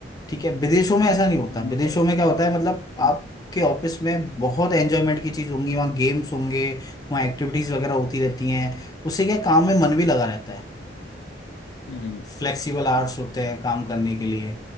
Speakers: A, on the left (about 20°); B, on the left (about 80°).
A: ठीक है विदेशों में ऐसा नहीं होता
B: हाँ
A: विदेशों
B: और
A: में क्या होता है मतलब
B: हम्म
A: आपके ऑफिस में बहुत एंजॉयमेंट की चीज होंगी वहाँ गेम्स होंगे वहाँ एक्टिविटीज वगैरह होती रहती हैं उससे क्या काम में मन भी लगा रहता है
B: हम्म
A: फ्लेक्सिबल आवर्स होते हैं काम करने के लिए